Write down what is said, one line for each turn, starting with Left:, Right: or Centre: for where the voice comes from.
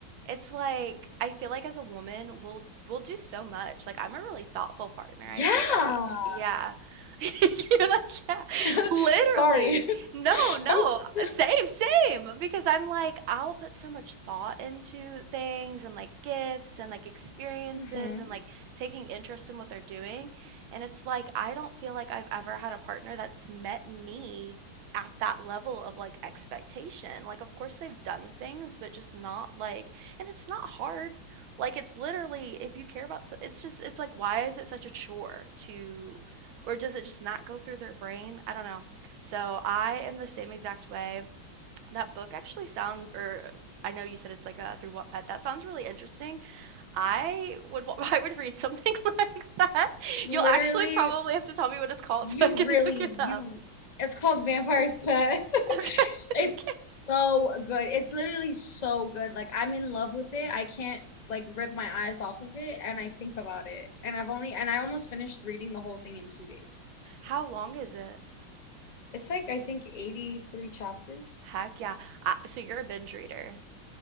Right: It's like I feel like as a woman, we'll we'll do so much. Like I'm a really thoughtful partner,
Left: yeah
Right: I feel like. Yeah. <laughs> You're like, yeah.
Left: <laughs>
Right: Literally.
Left: Sorry. <laughs>
Right: No, no.
Left: I was
Right: uh, Same, same. Because I'm like, I'll put so much thought into things and like gifts and like experiences
Left: Mm-hmm.
Right: and like taking interest in what they're doing. And it's like I don't feel like I've ever had a partner that's met me at that level of like expectation. Like, of course, they've done things, but just not like, and it's not hard. Like, it's literally, if you care about, so- it's just, it's like, why is it such a chore to, or does it just not go through their brain? I don't know. So, I am the same exact way. That book actually sounds, or I know you said it's like a through Wattpad. That sounds really interesting. I would, <laughs> I would read something <laughs> like that.
Left: Literally,
Right: You'll actually probably have to tell me what it's called
Left: you
Right: so I can
Left: really,
Right: look it
Left: you,
Right: up.
Left: it's called Vampire's Pet. <laughs>
Right: Okay. <laughs>
Left: It's
Right: Okay.
Left: so good. It's literally so good. Like, I'm in love with it. I can't, like, rip my eyes off of it. And I think about it. And I've only, and I almost finished reading the whole thing in two days.
Right: How long is it?
Left: It's like, I think, 83 chapters.
Right: Heck yeah. I, so you're a binge reader.